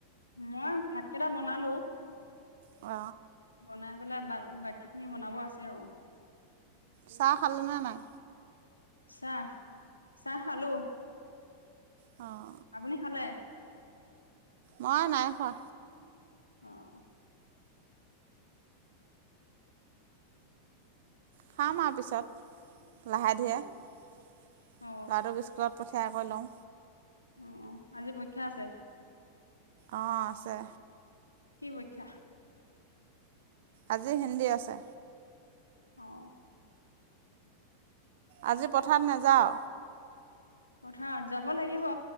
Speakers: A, on the left; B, on the right.
A: মই ভাত কেইটা বনালো।
B: অ।
A: বনাই পেলাই বা বাকী খিনি বনাব আছে আৰু।
B: চাহ খালে নে নাই?
A: চা। চাহ খালো
B: অ
A: আপুনি খালে
B: মই নাই খোৱা
A: অ
B: খাম আ পিছত লাহে
A: অ',
B: ধিয়ে ল'ৰাটোক
A: অ', অ',
B: স্কুলত পঠিয়াই কৈ লওঁ
A: অ আজি পৰীক্ষা আছে
B: অ আছে
A: কি পইখ্যা
B: আজি হিন্দী আছে
A: অহ
B: আজি পথাত নাযাঅ
A: পথাৰত যাব লাগিব